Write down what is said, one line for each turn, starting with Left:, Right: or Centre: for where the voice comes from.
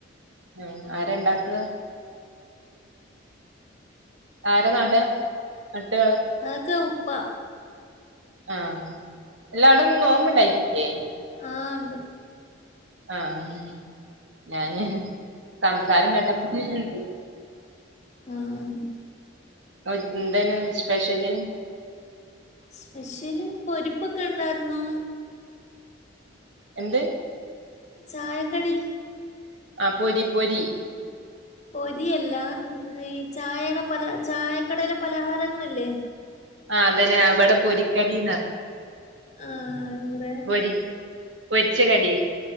Right: ആഹ് ആരെണ്ടാക്കുക ആര നട നട്ടത്
Left: അതൊക്കെ ഉപ്പ
Right: ആഹ് അല്ല അവിട്‌ന്ന് നോമ്പ്ണ്ടായിട്ടില്ലെ
Left: ആഹ് ഇണ്ട്
Right: ആഹ് ഞാന് സംസാരം കേട്ടപ <unintelligible>
Left: ആഹ് ആ
Right: ഓയ് എന്തെനു നിങ്ങട സ്പെഷ്യല്
Left: സ്പെഷ്യല് പൊരിപ്പൊക്ക ണ്ടാർന്നു
Right: എന്ത്
Left: ചായക്കടി
Right: ആ പൊരി പൊരി
Left: പൊരിയല്ല ഈ ചായയുടെ പല ചായക്കടയിലെ പലഹാരങ്ങളില്ലെ
Right: ആ അതന്നെ അവിട പൊരിക്കടീന്നാ
Left: ആഹ് ഇവിടെ
Right: പൊരി പൊരിച്ച കടി